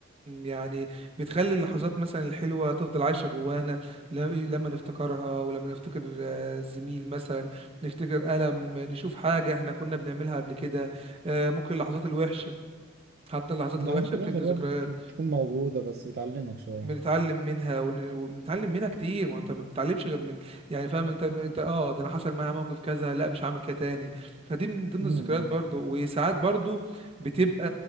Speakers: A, on the right (about 30°); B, on the right (about 50°).
A: يعني بتخلي اللحظات مثلا الحلوة تفضل عايشة جوانا ل... لما نفتكرها ولما نفتكر آه، الزميل مثلا نفتكر ألم نشوف حاجة احنا كنا بنعملها قبل كده آه، ممكن اللحظات الوحشة حتى اللحظات
B: لحظات
A: الوحشة
B: الوحشة
A: بتبني
B: برضه
A: ذكريات
B: بت- بتكون موجودة بس بتعلمك شوية
A: بنتعلم منها ون- وبنتعلم منها كتير ما انت ما بتتعلمش غير من يعني فاهم انت انت اه ده انا حصل معايا موقف كذا لا مش هعمل كده تاني فدي من ضمن
B: مم.
A: الذكريات برضو وساعات برضو بتبقى